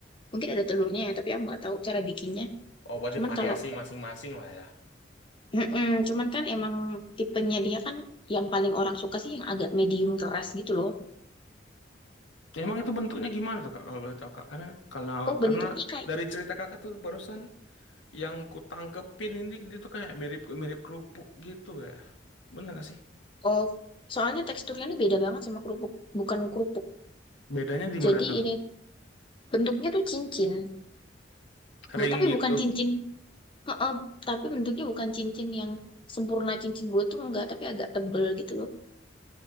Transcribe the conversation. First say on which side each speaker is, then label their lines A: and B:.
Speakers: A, on the left; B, on the left.
A: mungkin ada telurnya ya tapi aku nggak tahu cara bikinnya
B: Oh, berarti
A: cuman
B: variasi
A: kalau
B: masing-masing lah ya.
A: Mm-mm, cuman kan emang tipenya dia kan yang paling orang suka sih yang agak medium keras gitu loh
B: Emang itu bentuknya gimana tuh kak kalau boleh tahu kak? Karena kalau
A: oh bentuknya
B: karena
A: kayak
B: dari cerita kakak tuh barusan yang ku tangkepin ini dia tuh kayak mirip mirip kerupuk gitu ya. Bener gak sih?
A: Oh, soalnya teksturnya ini beda banget sama kerupuk, bukan kerupuk.
B: Bedanya di
A: Jadi
B: mana tuh?
A: ini bentuknya tuh cincin, bu,
B: Ring
A: tapi
B: gitu.
A: bukan cincin. Heeh, tapi bentuknya bukan cincin yang sempurna cincin gue tuh enggak, tapi agak tebel gitu loh,